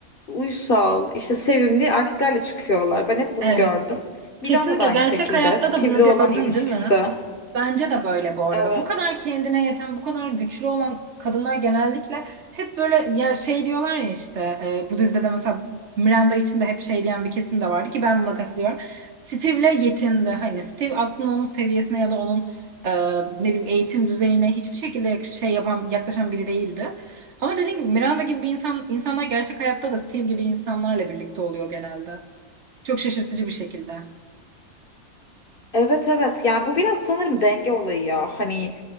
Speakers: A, on the left; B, on the right.
A: uysal, işte sevimli erkeklerle çıkıyorlar. Ben hep bunu
B: Evet.
A: gördüm. Miranda
B: Kesinlikle
A: da aynı
B: gerçek
A: şekilde.
B: hayatta
A: Steve'le
B: da bunu
A: olan
B: gördün
A: ilişkisi.
B: değil mi? Bence de böyle bu arada.
A: Evet.
B: Bu kadar kendine yeten, bu kadar güçlü olan kadınlar genellikle hep böyle ya şey diyorlar ya işte e, bu dizide de mesela Miranda için de hep şey diyen bir kesim de vardı ki ben buna katılıyorum. Steve'le yetindi. Hani Steve aslında onun seviyesine ya da onun e, ne bileyim eğitim düzeyine hiçbir şekilde yak- şey yapan, yaklaşan biri değildi. Ama dediğim gibi Miranda gibi bir insan, insanlar gerçek hayatta da Steve gibi insanlarla birlikte oluyor genelde. Çok şaşırtıcı bir şekilde.
A: Evet evet. Yani bu biraz sanırım denge olayı ya. Hani